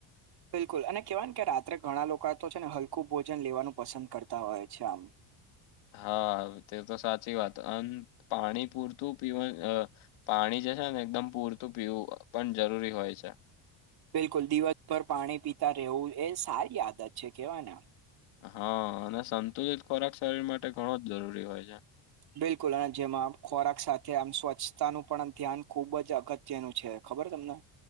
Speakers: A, on the right; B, on the left.
A: બિલકુલ અને કહેવાય ને કે રાત્રે ઘણા લોકો તો છે ને હલકું ભોજન લેવાનું પસંદ કરતા હોય છે આમ
B: હા તે તો સાચી વાત અન પાણી પૂરતું પીવુ પાણી જે છે ને એકદમ પૂરતું પીવું પણ જરૂરી હોય છે.
A: બિલકુલ દિવસભર પાણી પીતા રહેવું એ સારી આદત છે કેવાય ને.
B: હા અને સંતુલિત ખોરાક શરીર માટે ઘણો જ જરૂરી હોય છે.
A: બિલકુલ અને જેમાં ખોરાક સાથે આમ સ્વચ્છતા નું પણ ધ્યાન ખુબ જ અગત્યનું છે ખબર તમને.